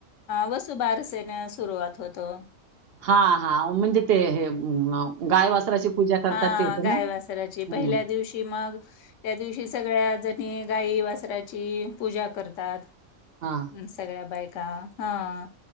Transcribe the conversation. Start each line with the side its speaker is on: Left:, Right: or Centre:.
Left: वसुबार असेल. सुरुवात होतो.
Right: हा हा म्हणजे ते हे. गाय वासराची पूजा करतात
Left: हा
Right: तेच
Left: गायवासराची
Right: ना? हं.
Left: पहिल्या दिवशी मग त्या दिवशी सगळ्या ज गाई वासराची पूजा करतात.
Right: हां.
Left: हम् सगळ्या बायका हा